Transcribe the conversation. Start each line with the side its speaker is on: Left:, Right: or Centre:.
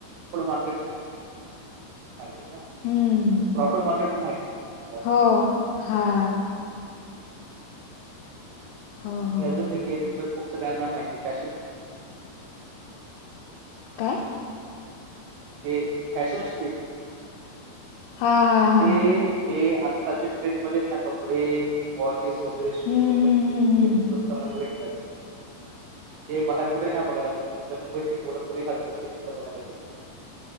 Right: प्रफ मार्केट माहिती आहे ना
Left: हम्म
Right: प्रॉफिट मार्केट प माहिती असेल तुम्हाला?
Left: हो. हा. हो. हो
Right: अजून दे येते तर खूप सगळ्यांना माहिती आहे पॅशन
Left: काय?
Right: ते फॅशन स्ट्रीट
Left: हा हा. हा
Right: ते जे आजकालच्या ट्रेंड मध्ये ना कपडे वॉचेस वगैरे शूज
Left: हम्म
Right: वगैरे
Left: हम्म
Right: दिसले
Left: हम्म
Right: ते
Left: हम्म
Right: स्वस्तपणे भेटतात. ते बाहेर कुठे ना बघायला लागते कच्या मुंबई ते पोरेपुरी घालतात ते तिकडे बघायलाग.